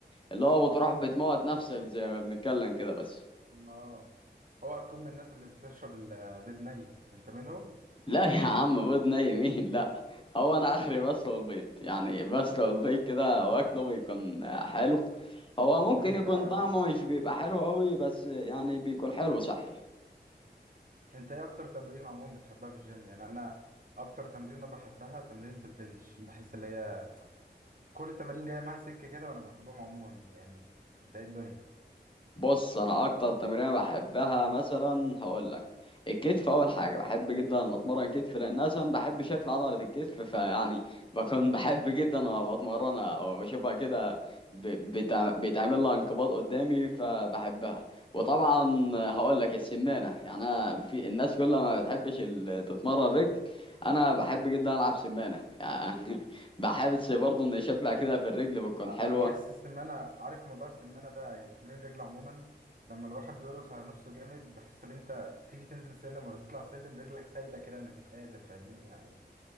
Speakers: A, on the left; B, on the right.
A: اللي هو بتروح بتموت نفسك زي ما بنتكلم كده بس
B: ما اه اوعى تكون من الناس اللي بتشرب البيض ني انت منهم
A: لا يا عم بيض ني مين لا هو انا اخري بسلق البيض يعني بسلق البيض كده واكله بيكون حلو هو ممكن
B: طب انت
A: يكون طعمه مش بيبقى حلو قوي بس يعني بيكون حلو صحي
B: انت ايه اكتر تمرين عموما بتحبها في الجيم يعني انا اكتر تمرين انا بحبها تمرينة البنش بحس اللي هي كل التمارين جايه معايا سكه كده وانا بحبهم عموما يعني انت ايه الدنيا
A: بص انا اكتر تمرينه بحبها مثلا هقول لك الكتف اول حاجه بحب جدا ان اتمرن كتف لان اصلا بحب شكل عضله الكتف فيعني بكون بحب جدا وأنا بتمرنها وبشوفها كده ب- بتع- بيتعمل لها انقباض قدامي فبحبها وطبعا هقول لك السمانه يعني انا في الناس كلها ما بتحبش ال- تتمرن رجل انا بحب جدا العب سمانه يعني <laughs> بحس برضه ان شكلها كده في الرجل بتكون
B: انا
A: حلوه
B: بحس السمانه عارف موضوع السمانه ده يعني تمرين رجل عموما لما الواحد بيرقص على نفسه جامد بحس ان انت تيجي تنزل سلم ولا تطلع سلم رجلك سايبه كده انا مش قادر فاهمني يعني